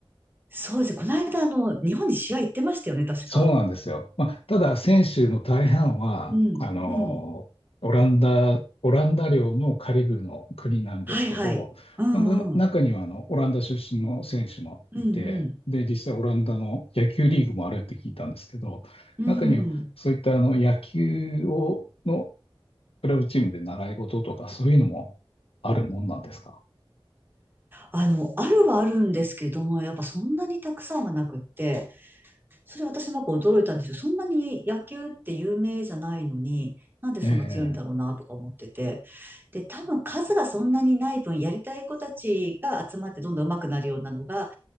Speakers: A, on the right (about 20°); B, on the left (about 80°).
A: そうですね。この間、あの、日本に試合行ってましたよね、確か。
B: そうなんですよ。まあ、ただ、選手の大半は、
A: うん、
B: あの、
A: うん。
B: オランダ、オランダ領のカリブの国なんですけど、
A: はい、はい。うん、
B: まあ、な中にはあのオランダ出身の選手もいて、
A: うん。うん、うん。
B: で、実際オランダの野球リーグもあるって聞いたんですけど、
A: うん。
B: 中にはそういったあの野球をのクラブチームで習い事とかそういうのもあるもんなんですか
A: あの、あるはあるんですけども、やっぱそんなにたくさんはなくって、それ私もやっぱ驚いたんですよ。そんなに野球って有名じゃないのに、なんでそんな強いんだろうなとか思ってて。
B: ええ
A: で、多分数がそんなにない分、やりたい子たちが集まってどんどん上手くなるようなのが、